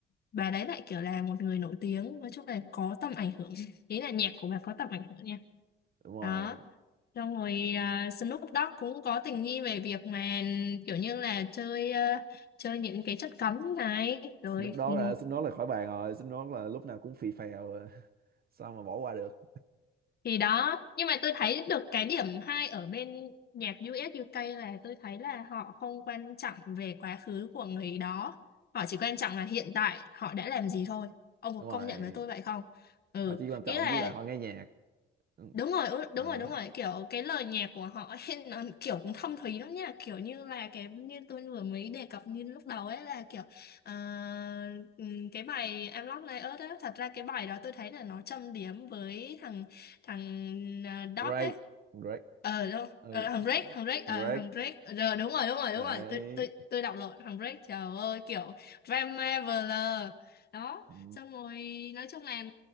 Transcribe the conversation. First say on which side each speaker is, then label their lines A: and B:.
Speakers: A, on the left (about 50°); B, on the right (about 50°).
A: bà đấy lại kiểu là một người nổi tiếng nói chung là có tầm ảnh hưởng ý là nhạc của bà có tầm ảnh hưởng nha
B: đúng rồi
A: đó xong rồi à, Snoop Dogg cũng có tình nghi về việc mà kiểu như là chơi à, chơi những cái chất cấm này rồi
B: Snoop Dogg
A: ừ,
B: à, Snoop Dogg là khỏi bàn rồi Snoop Dogg là lúc nào cũng phì phèo à. sao mà bỏ qua được
A: thì đó nhưng mà tôi thấy được cái điểm hay ở bên nhạc US UK là tôi thấy là họ không quan trọng về quá khứ của người đó họ chỉ quan trọng là hiện tại họ đã làm gì thôi ông có
B: đúng rồi
A: công nhận với tôi vậy không ừ
B: họ chỉ quan
A: ý
B: trọng
A: là
B: với lại họ nghe nhạc Ừ,
A: đúng rồi ừ, đúng
B: đó
A: rồi đúng rồi kiểu cái lời nhạc của họ ấy, <laughs> nó kiểu cũng thâm thúy lắm nha kiểu như là cái như tôi vừa mới đề cập như lúc đầu ấy là kiểu ờ, ừm, cái bài Em Love Like Earth ấy thật ra cái bài đó tôi thấy là nó châm điểm với thằng thằng uh, Dog
B: Drake
A: ấy
B: Drake
A: ờ đúng
B: ừ
A: ờ, thằng Drake thằng Drake ờ
B: Drake
A: thằng Drake ờ, đúng rồi đúng rồi
B: đấy
A: đúng rồi tôi tôi tôi đọc lộn thằng Drake trời ơi kiểu Drama Veler đó
B: <laughs> Ừ.
A: xong rồi nói chung là